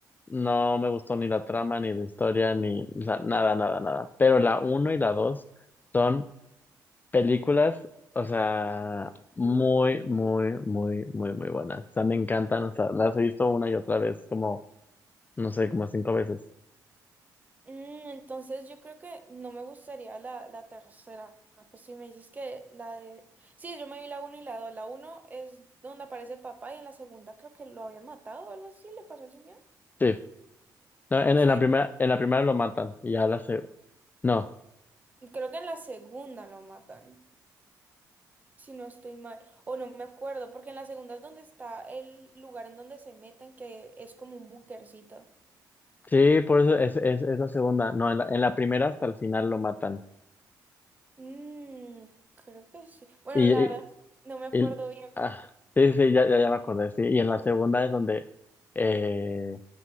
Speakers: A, on the left; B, on the right.
A: No me gustó ni la trama, ni la historia, ni, o sea, nada, nada, nada. Pero la uno y la 2 son películas, o sea, muy, muy, muy, muy, muy buenas. O sea, me encantan, o sea, las he visto una y otra vez, como no sé, como cinco veces.
B: Mm, entonces yo creo que no me gustaría la, la tercera. Pues si me dices que la de... Sí, yo me vi la uno y la dos. La uno es donde aparece el papá y en la segunda creo que lo habían matado o algo así, le pasó al señor.
A: Sí. No, en,
B: Sí,
A: en la primera, en la primera lo matan y ya la se... No.
B: creo que en la segunda lo matan, si no estoy mal. O no me acuerdo, porque en la segunda es donde está el lugar en donde se meten, que es como un bunkercito.
A: Sí, por eso es, es, es la segunda. No, en la, en la primera hasta el final lo matan.
B: Mm, creo que sí. Bueno,
A: Y,
B: la verdad,
A: y-
B: no me acuerdo
A: y-
B: bien.
A: ah, sí, sí, ya, ya, ya me acordé, sí. Y en la segunda es donde eh,